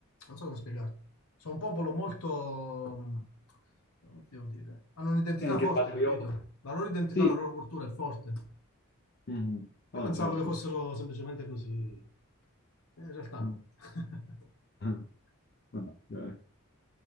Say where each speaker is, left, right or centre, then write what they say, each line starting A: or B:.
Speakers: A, on the left; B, on the left.
A: non so come spiegarti. Sono un popolo molto, mh, come devo dire, hanno un'identità
B: E anche
A: forte,
B: patrioti.
A: capito? La loro identità,
B: Sì.
A: la loro cultura è forte.
B: Mhm.
A: Io
B: Ah,
A: pensavo
B: certo,
A: che fossero
B: certo.
A: semplicemente così, Eh, in realtà no.
B: Mm.
A: <laughs>
B: <laughs> Ah, ok.